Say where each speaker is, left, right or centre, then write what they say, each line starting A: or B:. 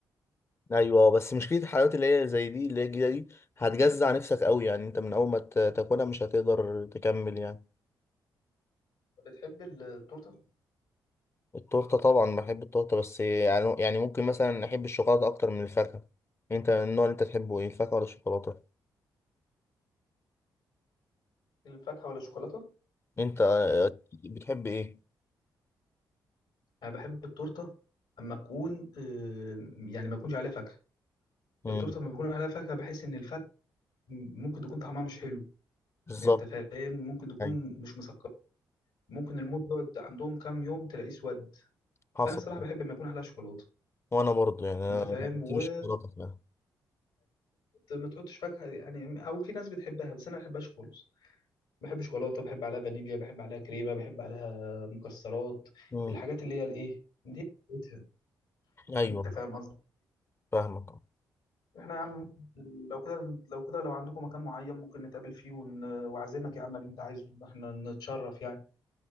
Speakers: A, on the left; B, on the left.
A: ايوه بس مشكله الحلويات اللي هي زي دي اللي هي الجديده دي هتجزع نفسك قوي يعني انت من اول ما ت- تاكلها مش هتقدر تكمل يعني
B: بتحب التورته
A: التورته طبعا بحب التورته بس يعني يعني ممكن مثلا احب الشوكولاته اكتر من الفاكهه انت النوع اللي انت تحبه ايه الفاكهه ولا الشوكولاته
B: الفاكهه ولا الشوكولاته
A: انت آه، بتحب ايه
B: انا بحب التورته اما اكون آه، يعني ما يكونش عليها فاكهه
A: امم
B: التورته لما بيكون عليها فاكهه بحس ان الفاكهه ممكن تكون طعمها مش حلو
A: بالظبط
B: انت فاهم ممكن تكون
A: ايوه
B: مش مسكره ممكن الموز يقعد عندهم كام يوم تلاقيه اسود
A: حصل
B: فانا الصراحه
A: ده.
B: بحب لما يكون عليها شوكولاته
A: وانا برضو يعني
B: انت فاهم
A: أنا- انت
B: و
A: مش شوكولاته فعلا
B: ما تحطش فاكهه يعني او في ناس بتحبها بس انا ما بحبهاش خالص بحب شوكولاته بحب عليها فانيليا بحب عليها كريمه بحب عليها مكسرات
A: مم.
B: الحاجات اللي هي الايه دي بتاعتها.
A: ايوه
B: انت فاهم قصدي
A: فاهمك
B: احنا يا عم لو كده لو كده لو عندكم مكان معين ممكن نتقابل فيه ون- واعزمك يا عم اللي انت عايزه احنا نتشرف يعني